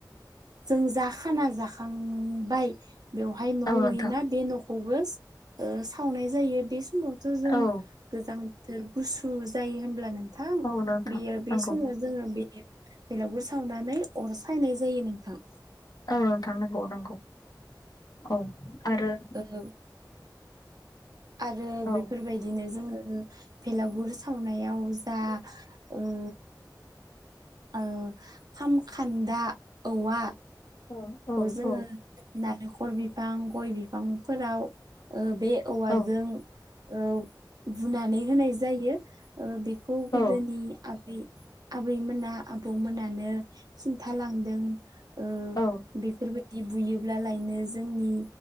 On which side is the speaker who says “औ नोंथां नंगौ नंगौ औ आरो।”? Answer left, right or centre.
Left